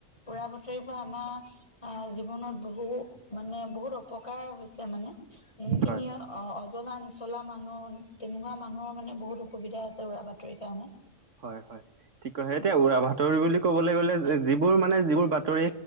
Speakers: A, on the left; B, on the right.
A: উৰা বাতৰি পৰা আমাৰ আহ জীৱনত বহু, মানে বহুত অপকাৰ হৈছে মানে যোনখিনি
B: হয়।
A: অ, নজলা নিচলা মানুহ তেনেকুৱা মানুহৰ মানে বহুত অসুবিধা হৈছে। উৰা বাতৰিৰ কাৰণে।
B: হয়-হয়, ঠিক কৈছে
A: হয়
B: এতিয়া
A: কওক
B: উৰা বাতৰি বুলি ক'বলে গলে যিবোৰ মানে যিবোৰ বাতৰি